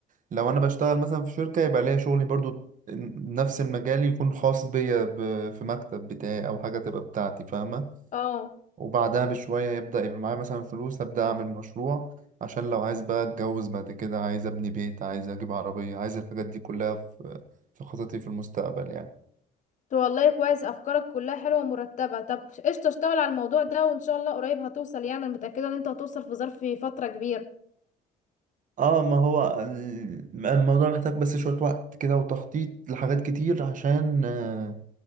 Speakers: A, on the right; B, on the left.
A: لو انا بشتغل مثلا في شركه يبقى ليا شغلي برضو نفس المجال يكون خاص بيا ب- في مكتب بتاعي او حاجه تبقى بتاعتي فاهمه
B: اه
A: وبعدها بشوية يبدأ يبقى معايا مثلا فلوس أبدأ أعمل مشروع عشان لو عايز بقى أتجوز بعد كده عايز أبني بيت عايز أجيب عربية عايز الحاجات دي كلها في في خططي في المستقبل يعني
B: تو والله كويس أفكارك كلها حلوة ومرتبة طب قشطة اشتغل على الموضوع ده وإن شاء الله قريب هتوصل يعني أنا متأكدة إن أنت هتوصل في ظرف فترة كبيرة
A: اه ما هو الم- الموضوع محتاج بس شوية وقت كده وتخطيط لحاجات كتير عشان آه،